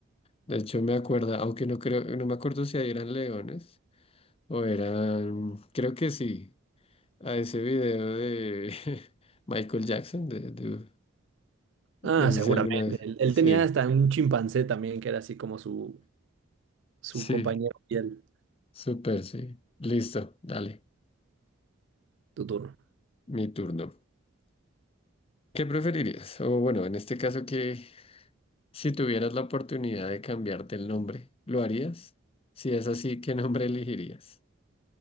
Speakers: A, on the left (about 25°); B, on the right (about 60°).
A: De hecho, me acuerdo, aunque no creo, no me acuerdo si ahí eran leones o eran, creo que sí, a ese video de <laughs> Michael Jackson, de, de- no
B: Ah,
A: sé
B: seguramente.
A: si alguna vez.
B: Él, él
A: Sí,
B: tenía hasta un chimpancé también, que era así como su, su
A: sí,
B: compañero fiel.
A: súper, sí. Listo, dale,
B: Tu turno.
A: mi turno. ¿Qué preferirías? O bueno, en este caso que si tuvieras la oportunidad de cambiarte el nombre, ¿lo harías? Si es así, ¿qué nombre elegirías?